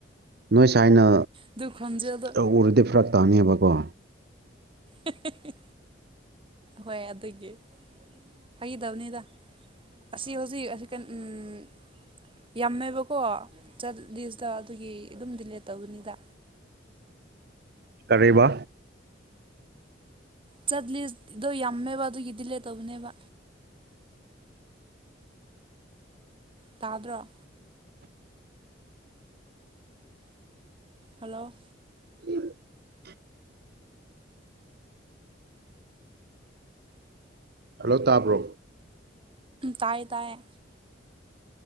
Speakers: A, on the right (about 60°); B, on the right (about 30°).
A: ꯅꯣꯏ ꯁꯥꯏꯅ
B: ꯑꯗꯨ ꯈꯣꯟꯖꯦꯜꯗꯣ
A: ꯇꯧꯔꯗꯤ ꯐꯔꯛ ꯇꯥꯅꯤꯕꯀꯣ
B: ꯍꯤꯍꯤꯍꯤ ꯍꯣꯏ ꯑꯗꯨꯒꯤ ꯐꯒꯤ ꯇꯧꯕꯅꯤꯗ ꯑꯁꯤ ꯍꯧꯖꯤꯛ ꯑꯁꯤ ꯀꯟ ꯎꯝ ꯌꯥꯝꯃꯦꯕꯀꯣ ꯆꯠ ꯂꯤꯁꯇ ꯑꯗꯨꯒꯤ ꯑꯗꯨꯝ ꯗꯤꯂꯦꯠ ꯇꯧꯕꯅꯤꯗ
A: ꯀꯔꯤꯕ
B: ꯆꯠ ꯂꯤꯁꯗꯣ ꯌꯥꯝꯃꯦꯕ ꯑꯗꯨꯒꯤ ꯗꯤꯂꯦ ꯇꯧꯕꯅꯦꯕ ꯇꯥꯗ꯭ꯔꯣ ꯍꯜꯂꯣ
A: <inaudible> ꯍꯜꯂꯣ ꯇꯥꯕ꯭ꯔꯣ
B: ꯇꯥꯏꯌꯦ ꯇꯥꯏꯌꯦ